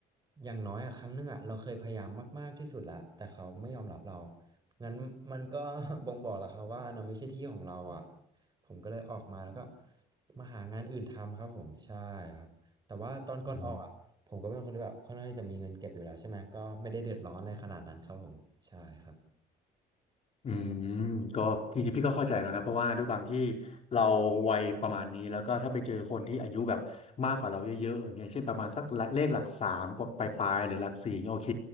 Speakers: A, on the right; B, on the left.
A: อย่างน้อยอะครั้งหนึงอะเราเคยพยายามมากๆที่สุดแล้วแต่เขาไม่ยอมรับเรา งั้นมันก็ <laughs> บ่งบอกแล้วครับว่าอันนั้นไม่ใช่ที่ของเราอะผมก็เลยออกมาแล้วก็มาหางานอื่นทำครับผมใช่ครับแต่ว่าตอนก่อนออกอะ
B: อืม
A: ผมก็เป็นคนที่แบบค่อนข้างที่จะมีเงินเก็บอยู่แล้วใช่ไหมก็ไม่ได้เดือดร้อนอะไรขนาดนั้นครับผมใช่ครับ
B: อืมก็จริงๆพี่ก็เข้าใจแล้วนะเพราะว่าด้วยความที่เราวัยประมาณนี้แล้วก็ถ้าไปเจอคนที่อายุแบบมากกว่าเราเยอะๆอย่างเงี้ยเช่นประมาณสักเลขหลักสามกว่าปลายๆหรือหลักสี่โอเค